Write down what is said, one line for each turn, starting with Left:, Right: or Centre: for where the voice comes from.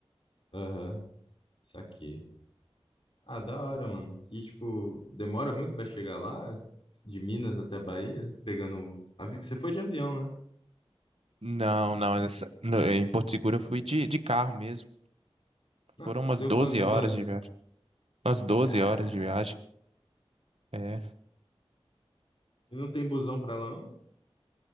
Left: Aham, saquei. Ah, da hora, mano. E, tipo, demora muito pra chegar lá? De Minas até Bahia? Pegando. avi- Você foi de avião, né?
Right: Não, não, essa- no- em Porto Seguro eu fui de, de carro mesmo.
Left: Ah,
Right: Foram umas
Left: deu
Right: 12
Left: quantas
Right: horas
Left: horas?
Right: de viagem. Umas doze
Left: Caralho.
Right: horas de viagem. É.
Left: E não tem busão pra lá, não?